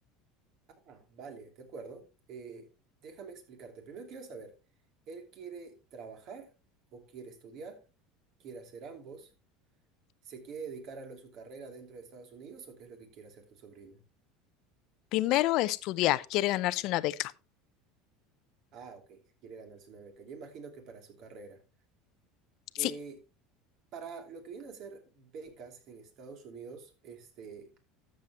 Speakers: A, on the right; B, on the left.
A: Ah, vale, de acuerdo. Eh, déjame explicarte. Primero quiero saber, ¿él quiere trabajar o quiere estudiar? ¿Quiere hacer ambos? ¿Se quiere dedicar a lo- su carrera dentro de Estados Unidos o qué es lo que quiere hacer tu sobrina?
B: Primero, estudiar, quiere ganarse una beca.
A: Ah, ok, quiere ganarse una beca. Yo imagino que para su carrera.
B: Sí,
A: Eh, para lo que vienen a ser becas en Estados Unidos, este,